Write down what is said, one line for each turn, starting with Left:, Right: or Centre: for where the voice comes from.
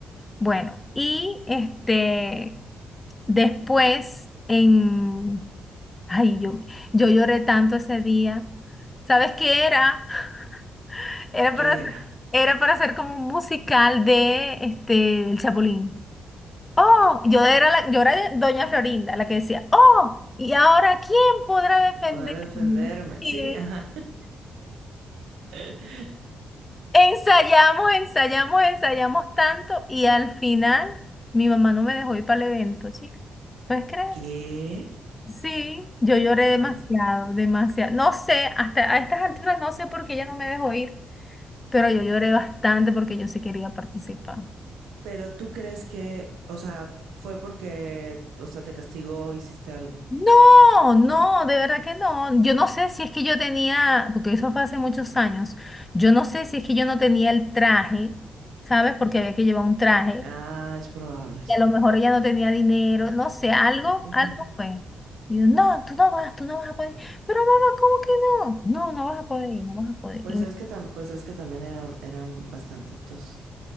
Left: Bueno, y este, después en, ay, yo, yo lloré tanto ese día. ¿Sabes qué era? <laughs> Era
Right: ¿Qué
Left: para,
Right: era?
Left: era para hacer como un musical de este, El Chapulín. Oh, yo era la, yo era Doña Florinda, la que decía, oh, y ahora ¿quién podrá defenderme?
Right: Poder defenderme.
Left: Y
Right: Sí, ajá. <laughs>
Left: ensayamos, ensayamos, ensayamos tanto y al final mi mamá no me dejó ir para el evento, chica. ¿Puedes creer?
Right: ¿Qué?
Left: Sí, yo lloré demasiado,
Right: Ah.
Left: demasiado. No sé, hasta a estas alturas no sé por qué ella no me dejó ir, pero yo lloré bastante porque yo sí quería participar.
Right: Pero tú crees que, o sea, fue porque, o sea, te castigó o hiciste algo.
Left: No, no, de verdad que no. Yo no sé si es que yo tenía, porque eso fue hace muchos años, yo no sé si es que yo no tenía el traje, ¿sabes? Porque había que llevar un traje
Right: Ah, es probable, sí.
Left: y a lo mejor ella no tenía dinero, no sé, algo,
Right: Ujú.
Left: algo fue. Y yo, no, tú no vas, tú no vas a poder. Pero mamá, ¿cómo que no? No, no vas a poder ir, no vas a poder
Right: Pues
Left: ir.
Right: es que tam- pues es que también eran, eran bastantitos.